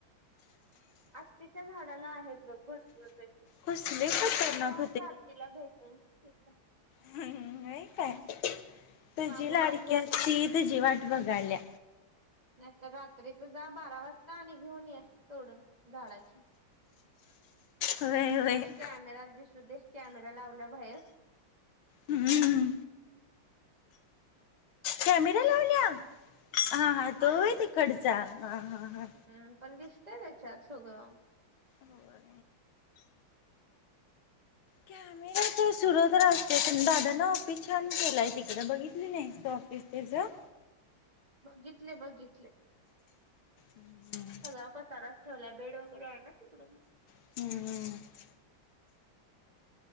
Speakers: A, on the right; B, on the left.
A: आत्तेच्या झाडाला आहेत बघ भरपूर कशी
B: कसले खतरनाक
A: जाऊन आ जात तिला भेटून श
B: हम्म नाही काय तुझी
A: मागून
B: लाडकी
A: आण जा
B: अस त तुझी वाट बघायल्या
A: नाहीतर रात्रीच जा बारा वाजता आणि घेऊन ये सोडून झाडाचे ह
B: वय व
A: कॅमेरा दिसू दे कॅमेरा लावल्या बाहेर
B: हम्म कॅमेरा लावल्या हा हा
A: हायच
B: तो आहे तिकडचा
A: की
B: हा ह ह
A: हम्म पण दिसतेय त्याच्यात सगळं
B: होर कम् ते सुरत्र असते प दादा ना ऑफिस छान केलंय तिकडें बघितली नाही ऑफिस त्याचं
A: बघितले बघितले
B: हम्म
A: सगळळा पचारच ठेवलाय बेड वगैरे आहे ना तिकडून
B: हम्म